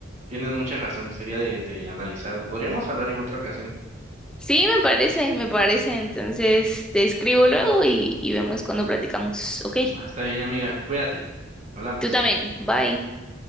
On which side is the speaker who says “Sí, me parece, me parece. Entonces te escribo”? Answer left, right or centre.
Centre